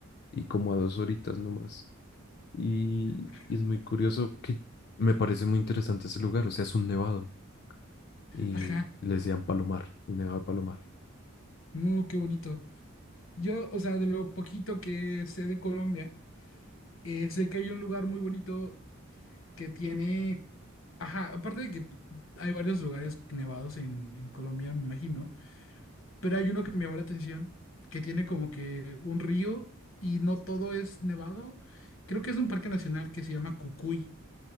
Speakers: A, on the left; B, on the left.
A: y como a dos horitas nomás. Y,
B: ajá,
A: y es muy curioso que me parece muy interesante ese lugar, o sea, es un nevado y
B: ajá.
A: le decían Palomar, el Nevado de Palomar.
B: No, qué bonito. Yo, o sea, de lo poquito que sé de Colombia, eh, sé que hay un lugar muy bonito que tiene, ajá, aparte de que hay varios lugares nevados en, en Colombia, me imagino, pero hay uno que me llamó la atención, que tiene como que un río y no todo es nevado. Creo que es un parque nacional que se llama Cucuy.